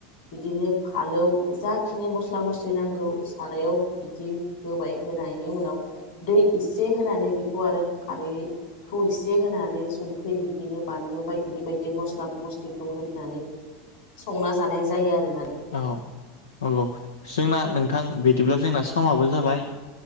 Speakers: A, on the left; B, on the left.
A: बिदिनो फालौ जाखिनि मस्ला मस्लि नांगौ सारायाव बिदि होबाय होनायनि उनाव दै इसे होनानै बेखौ आरो खारै खौ एसे होनानै संख्रि बिदिनो बानलु बायदि बायदि मस्ला मस्लिखौ होनानै संना जानाय जायो आरो।
B: औ नंगौ। जोंना
A: औ
B: नोंथां बि बिदिब्ला जोंना समाबो जाबाय